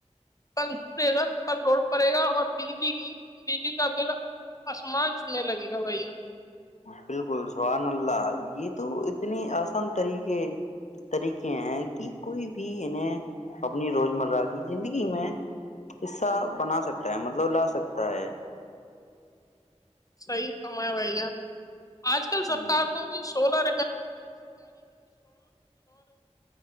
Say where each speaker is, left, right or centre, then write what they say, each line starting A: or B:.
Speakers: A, on the left (about 30°); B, on the left (about 80°).
A: ن پر لوڑ پڑے گا اور بجلی کی بجلی کا بل آسمان چھونے لگے گا بھیا
B: بالکل سہان اللہ یہ تو اتنی آسان طریقے طریقے ہیں کہ کوئی بھی انہیں اپنی روز مرہ کی زندگی میں حصہ بنا سکتا ہے مطلب لا سکتا ہے
A: صحی کام ہے بھیا آج کل
B: ہ
A: سرکار کو بھی سولر